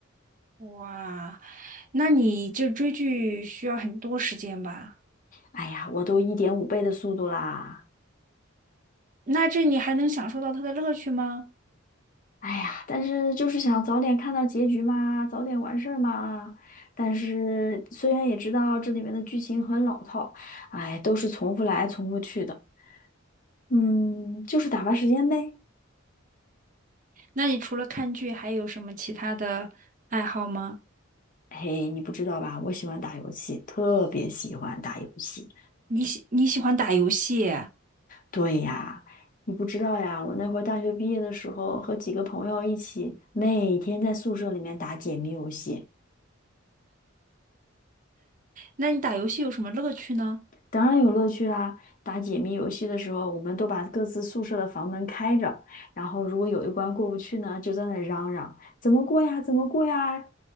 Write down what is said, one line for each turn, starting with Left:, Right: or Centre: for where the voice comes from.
Right: 哇，那你这追剧需要很多时间吧？
Left: 哎呀，我都一点五倍的速度啦。
Right: 那这你还能享受到它的乐趣吗？
Left: 哎呀，但是就是想早点看到结局嘛，早点完事儿嘛。但是虽然也知道这里面的剧情很老套，哎，都是重复来重复去的。嗯，就是打发时间呗。
Right: 那你除了看剧，还有什么其他的爱好吗？
Left: 嘿，你不知道吧？我喜欢打游戏，特别喜欢打游戏。
Right: 你喜你喜欢打游戏？
Left: 对呀，你不知道呀，我那会儿大学毕业的时候，和几个朋友一起，每天在宿舍里面打解谜游戏。
Right: 那你打游戏有什么乐趣呢？
Left: 当然有乐趣啦！打解谜游戏的时候，我们都把各自宿舍的房门开着，然后如果有一关过不去呢，就在那嚷嚷：“怎么过呀？怎么过呀？